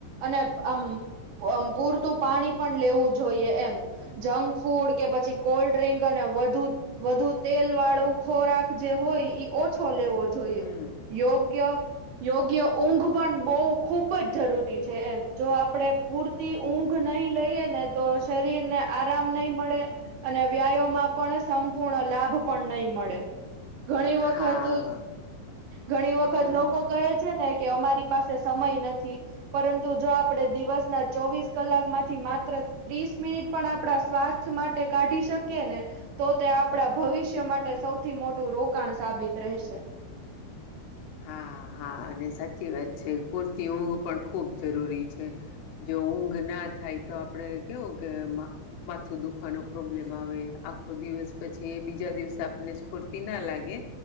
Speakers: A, on the right; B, on the left.
A: અને અમ અ પૂરતું પાણી પણ લેવું જોઈએ એમ જંક ફૂડ કે પછી કોલ્ડ ડ્રિંક અને વધુ, વધુ તેલ વાળું ખોરાક જે હોય ઈ ઓછો લેવો જોઈએ
B: હમ
A: યોગ્ય યોગ્ય ઊંઘ પણ બઉ ખુબ જ જરૂરી છે. એમ જો આપ આપડે પૂરતી ઊંઘ નહીં લઈએ ને તો શરીર ને આરામ નહી મળે અને વ્યાયો માં પણ સંપૂર્ણ લાભ <unintelligible> પણ નહીં મળે. <unintelligible> ઘણી વખત,
B: હા
A: ઘણી વખત
B: હમ
A: લોકો કહે છે ને કે અમારી પાસે સમય નથી પરંતુ જો આપડે દિવસના ચોવીસ કલાક માંથી માત્ર ત્રીસ મિનિટ પણ આપણા સ્વાસ્થ્ય માટે કાઢી શકીએ ને તો તે આપડા ભવિષ્ય માટે સૌ થી મોટું રોકાણ સાબિત રહેશે.
B: હા, હા અને સાચી વાત છે પુરતી ઊંઘ પણ ખૂબ જરૂરી છે જો તો ઊંઘ ના થાય તો આપડે કેવું કે મા માથું દુખવાનો પ્રોબ્લેમ આવે આખો દિવસ પછી એ બીજા દિવસે આપણને સ્ફૂર્તિ ના લાગે